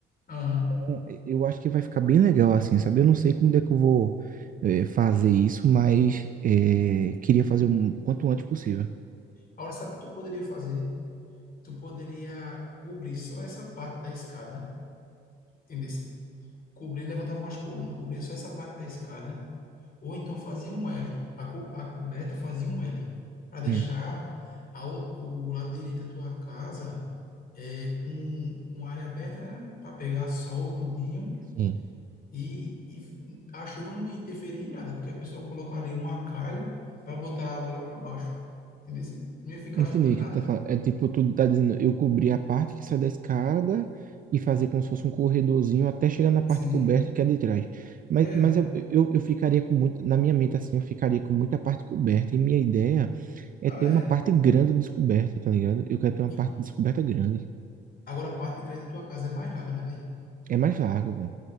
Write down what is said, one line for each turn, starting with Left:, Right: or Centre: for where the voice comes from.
Left: Aham.
Right: Bom, Eu acho que vai ficar bem legal assim, sabe? Eu não sei como é que eu vou eh, fazer isso, mas eh, queria fazer o quanto antes possível.
Left: Agora, sabe o que tu poderia fazer? Tu poderia cobrir só essa parte da escada, entendeu? Cobrir, levantava umas colunas, cobria só essa parte da escada. Ou então fazia um L. A, co- a coberta fazia um L. Para deixar
Right: Hum,
Left: a, ou- o lado direito da tua casa é, com, com área aberta, né? Para pegar sol, tudinho.
Right: sim.
Left: E, e a chuva não ia interferir em nada, porque a pessoa colocaria uma calha para botar a água lá para baixo. Entendeu? Assim, Não ia ficar
Right: Entendi
Left: juntando
Right: o que
Left: nada.
Right: tu tá falando. É tipo, tu tá dizendo, eu cobrir a parte que sai da escada e fazer como se fosse um corredorzinho até chegar na parte
Left: Sim,
Right: coberta que é de trás. Mas,
Left: era.
Right: mas eu, eu, eu ficaria com muito, na minha mente assim, eu ficaria com muita parte coberta. E minha ideia é
Left: Ah,
Right: ter uma
Left: é.
Right: parte grande descoberta, tá ligado? Eu quero ter uma
Left: E
Right: parte descoberta grande.
Left: agora a parte de trás da tua casa é mais larga, né, velho?
Right: É mais vago, bom.